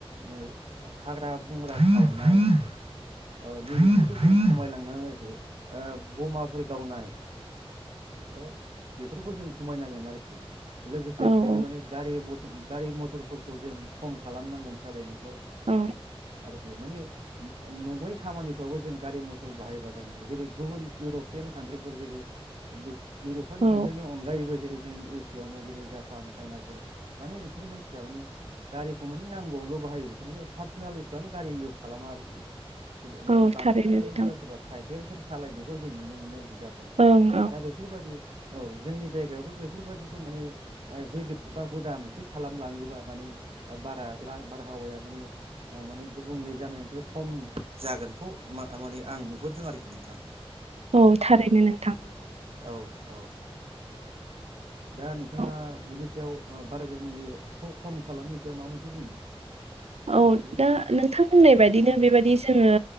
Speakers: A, on the right; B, on the right.
A: ओ हाग्रा बंग्रा सावनाय औ खमायलांना होहैयो ओ बमाफोर गावनाय औ बेफोरखौ जों खमायनांगोन आरोखि। लोगोसे
B: औ
A: बिदिनो माने गारि मथ गारि मथरफोरखौ जों खम खालामनांगोन सालायनाय खौ
B: औ
A: आरोखि माने नङै खामानिफ्रावबो जों गारि मथर बाहायबा जानाय नङा जेरै गुबुन इउरप पियान कानट्रिफोर जेरै बे इउरपपियान
B: औ
A: कान्ट्रिनि अनगायैबो जेरै जोंनि एसियायावनो जेरै जापान चाइनाफोर माने बिसोरो मानसिफ्रा माने गारिखौ मानि नांगौवावल' बाहायो बिसोर माने पार्सनेल इसिबां गारि इउस खालामा आरोखि। सोरबा
B: औ
A: माने बांसिनानो
B: थारैनो
A: माने
B: नोंथां
A: सोरबा सोरबा चाय हेलफोर सालायनायखौ जों नु नुनो मोनो आरोखि जाफोरखौ
B: ओं औ
A: दा बेफोरबादि औ जोंनि जायगायावबो बेफोरबादिखौ माने हेबिट बा हुदा मोनसे खालामलाङोबा माने बारा बारहावाया माने ओ माने गुबुंले जानायनिफ्राय खम जागोनखौ माने आं नुहरदों आरोखि नोंथां।
B: औ थारैनो नोंथां।
A: औ औ औ दा नोंथाङा
B: औ
A: बिनि सायाव ओ बार गुबुंलेखौ खम खालामनि सायाव माबा मोनसे बुंनो? नोंथाङाबो
B: औ दा नोंथां बुंनाय बायदिनो बेबायदि जोङो